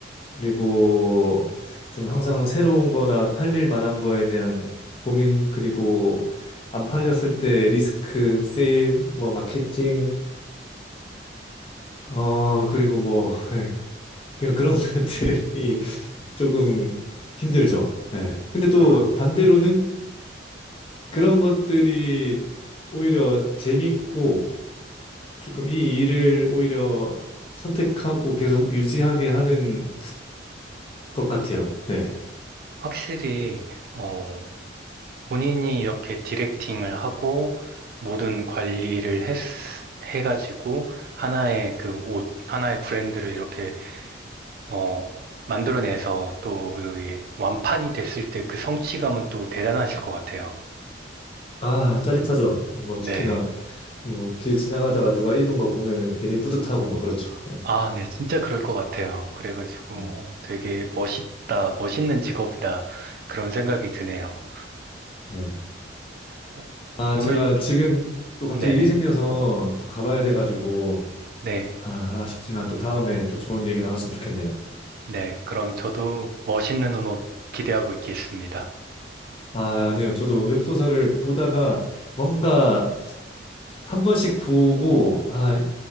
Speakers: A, on the left; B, on the right.
A: 그리고 좀 항상 새로운 거나 팔릴 만한 거에 대한 고민 그리고 안 팔렸을 때 리스크, 세일, 뭐 마케팅 어 그리고 뭐 예, 그냥 그런 <laughs> 것들이 조금 힘들죠. 예. 근데 또
B: 아,
A: 반대로는 그런 것들이 오히려 재밌고 조금 이 일을 오히려 선택하고 계속 유지하게 하는 것 같아요. 네.
B: 확실히 어, 본인이 이렇게 디렉팅을 하고 모든 관리를 했, 해가지고 하나의 그 옷, 하나의 브랜드를 이렇게 어, 만들어내서 또 여기 완판이 됐을 때 그 성취감은 또 대단하실 것 같아요.
A: 아, 짜릿하죠. 뭐
B: 네.
A: 특히나 뭐 길 지나가다가 누가 입은 거 보면은 괜히 뿌듯하고 뭐 그렇죠. 네.
B: 아, 네. 진짜 그럴 것 같아요. 그래가지고
A: 네.
B: 어, 되게 멋있다, 멋있는 직업이다. 그런 생각이 드네요.
A: 네.
B: 어,
A: 아,
B: 오늘,
A: 제가 지금 또 갑자기
B: 네네.
A: 일이 생겨서 또 가봐야 돼가지고
B: 네.
A: 아, 아쉽지만 또 다음에 또 좋은 얘기 나눴으면 좋겠네요.
B: 네. 그럼 저도 멋있는 옷 기대하고 있겠습니다.
A: 아, 아니요. 저도 웹소설을 보다가 뭔가 한 번씩 보고, 아,